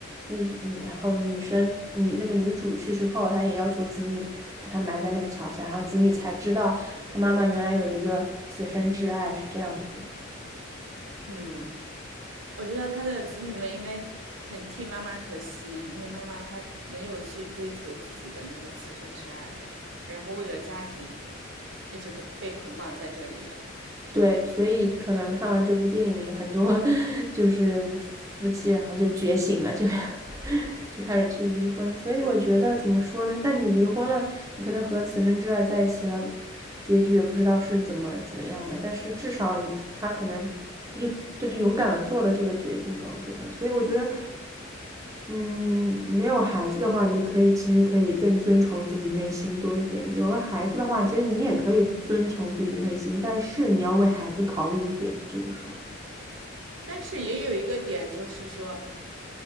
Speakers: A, on the right (about 15°); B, on the right (about 65°).
A: 那嗯，然后女生女那个女主去世后，她也要求子女把她埋在那个桥下，然后子女才知道她妈妈原来有一个此生挚爱是这样子。
B: 嗯。我觉得他的子女们应该很替妈妈可惜，因为妈妈她没有去追求自己的那个此生挚爱，然后为了家庭，一直被被捆绑在这里了。
A: 对，所以可能看完这部电影，很多 <laughs> 就是夫妻，然后就觉醒了，就 <laughs> 就开始去离婚。所以我觉得怎么说呢？但你离婚了，你可能和此生挚爱在一起了，结局也不知道是怎么怎么样的。但是至少你他可能他就他就勇敢的做了这个决定吧，我觉得。所以我觉得嗯，没有孩子的话，你可以其实可以更遵从自己内心多一点。有了孩子的话，其实你也可以遵从自己的内心，但是你要为孩子考虑一点，就是说，
B: 但是也有一个点，就是说。